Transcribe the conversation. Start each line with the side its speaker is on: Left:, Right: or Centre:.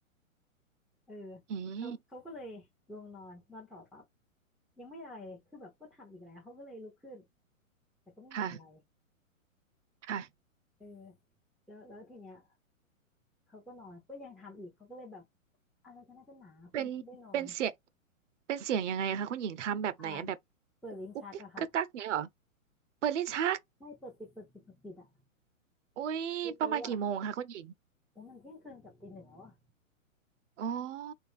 Centre: เออ
Right: อืม
Centre: เขาเขาก็เลยลงนอนนอนต่อปั๊บยังไม่อะไรเลยคือแบบก็ทำอีกแล้วเขาก็เลยลุกขึ้นแต่ก็ไม่มีอะไร
Right: ค่ะค่ะ
Centre: เออแล้วแล้วทีเนี้ยเขาก็นอนก็ยังทำอีกเขาก็เลยแบบอะไรกันนะกันหนาคนไม่นอน
Right: เป็นเป็นเสียงเป็นเสียงยังไงคะคุณหญิงทำแบบไหนอะแบบ
Centre: อ่าเปิดลิ้นชักอะค่ะ
Right: กุ๊กกิ๊กกักกักเงี้ยเหรอเปิดลิ้นชัก
Centre: ไม่เปิดปิดเปิดปิดเปิดปิดอะ
Right: อุ้ยประมาณกี่โมงคะคุณหญิง
Centre: ในโต๊ะอะโอ้ยมันเที่ยงคืนกับตีหนึ่งแล้วอะ
Right: อ๋อ